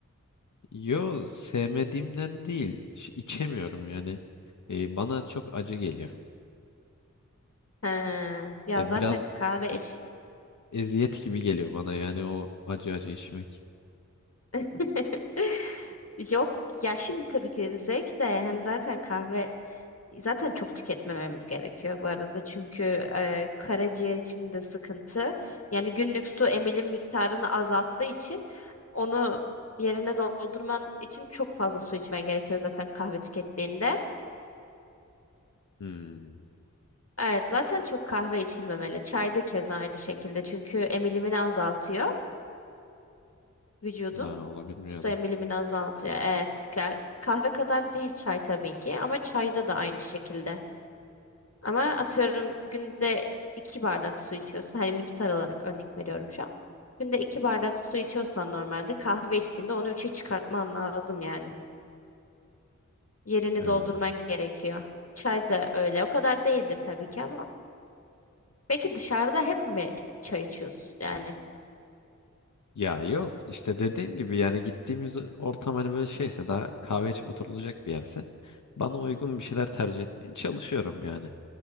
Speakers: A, on the left; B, on the left.
A: Yo sevmediğimden değil. Ş- içemiyorum yani. E, bana çok acı geliyor.
B: He. Ya
A: E,
B: zaten
A: biraz
B: kahve
A: e-
B: iç.
A: eziyet gibi geliyor bana yani o acı acı içmek.
B: <laughs> Yok ya şimdi tabii ki zevk de hani zaten kahve zaten çok tüketmememiz gerekiyor bu arada çünkü e, karaciğer için de sıkıntı. Yani günlük su emilim miktarını azalttığı için onu yerine doldurman için çok fazla su içmen gerekiyor zaten kahve tükettiğinde.
A: Hmm.
B: Evet zaten çok kahve içilmemeli. Çay da keza aynı şekilde çünkü emilimini azaltıyor vücudun.
A: Ha, onu bilmiyordum.
B: Su emilimini azaltıyor. Evet. Ka- Kahve kadar değil çay tabii ki ama çayda da aynı şekilde. Ama atıyorum günde iki bardak su içiyorsun. Hani miktar olarak örnek veriyorum şu an. Günde iki bardak su içiyorsan normalde kahve içtiğinde onu üçe çıkartman lazım yani. Yerini
A: Ee,
B: doldurman gerekiyor. Çay da öyle. O kadar değildir tabii ki ama. Peki dışarıda hep mi çay içiyorsun? Yani
A: ya yok işte dediğim gibi yani gittiğimiz ortam hani böyle şeyse daha kahve içip oturulacak bir yerse bana uygun bir şeyler tercih etmeye çalışıyorum yani.